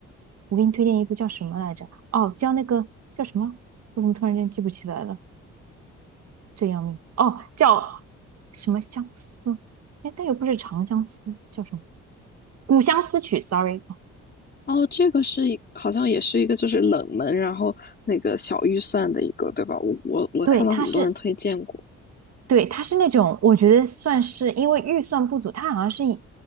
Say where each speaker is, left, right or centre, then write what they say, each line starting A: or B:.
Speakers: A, on the right (about 55°); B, on the left (about 35°).
A: 我给你推荐一部叫什么来着？哦，叫那个叫什么？我怎么突然间记不起来了？这要命！哦，叫什么相思？哎，但又不是长相思，叫什么《古相思曲》？Sorry，哦
B: 哦，这个是一好像也是一个就是冷门，然后那个小预算的一个，对吧？我我我看到很多人推荐过。
A: 对，它是对，他是那种，我觉得算是因为预算不足，他好像是以